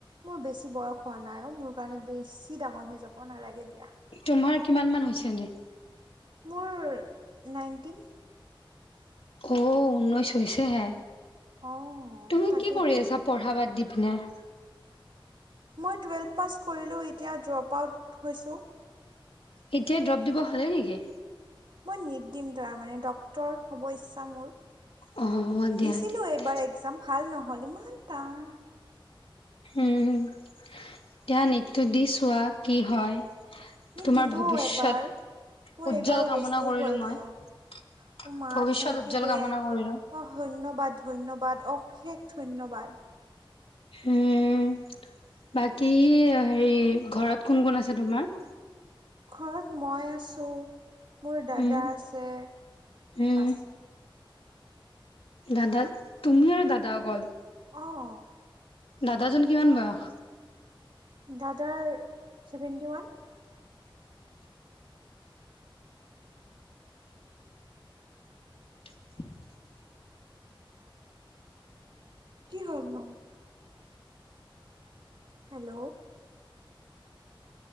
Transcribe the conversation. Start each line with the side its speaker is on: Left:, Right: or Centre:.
Right: মোৰ বেছি বয়স হোৱা নাইও মোৰ কাৰণে বেছি ডাঙৰ হৈ যাব নালাগে দিয়া।
Left: তোমাৰ কিমান মান হৈছে এনে?
Right: মোৰ নাইনটিন।
Left: অ', ঊনৈশ হৈছেহে।
Right: অ',
Left: তুমি
Right: তাকেইতো
Left: কি কৰি আছা পঢ়া বাদ দি? <inaudible>
Right: মই টুৱেল্ভ পাছ কৰিলোও এতিয়া ড্ৰপ আউট হৈছো।
Left: এতিয়া দ্ৰৱপ দিব হ'লেই নেকি?
Right: মই দিম তাৰ মানে ডক্টৰ হ'ব ইচ্ছা মোৰ।
Left: অ দিয়া দিয়া
Right: দিছিলো
Left: দিয়া
Right: এইবাৰ একজাম ভাল নহ'ল ইমান টান।
Left: উম, এতিয়া নিটতো দি চোৱা কি হয়।
Right: এ
Left: তোমাৰ
Right: দিলো
Left: ভৱিষ্যত
Right: এবাৰ মোৰ
Left: উজ্জ্বল
Right: এইবাৰ ৱেষ্টেই
Left: কামনা কৰিলো
Right: গ'ল
Left: মই।
Right: দিয়া।
Left: ভৱিষ্যত
Right: অ', মা থেংক
Left: উজ্জ্বল
Right: ইউ দে।
Left: কামনা কৰিলো।
Right: অ', ধন্যবাদ ধন্যবাদ অশেষ ধন্যবাদ।
Left: হম। বাকী হেৰি ঘৰত কোন কোন আছে তোমাৰ?
Right: ঘৰত মই আছো মোৰ দাদা
Left: উম
Right: আছে।
Left: উম
Right: পাঁচ
Left: দাদা তুমি আৰু দাদা অকল?
Right: অ',
Left: দাদাজন কিমান বয়স?
Right: দাদাৰ চেভেণ্টি ওৱান।
Left: <inaudible>
Right: কি হ'লনো? হেল্ল'।